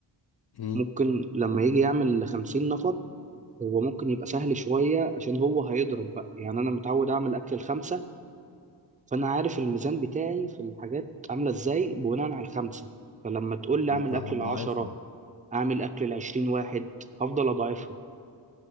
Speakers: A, on the left; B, on the right.
A: مهم.
B: ممكن لما يجي يعمل لخمسين نفر هو ممكن يبقى سهل شويه عشان هو هيضرب بقى يعني انا متعود اعمل اكل الخمسه فانا عارف الميزان بتاعي في الحاجات عامله ازاي بناء على الخمسه فلما تقول لي
A: فانت
B: اعمل
A: هتضعفها
B: اكل العشرة اعمل اكل لعشرين واحد هفضل اضاعفها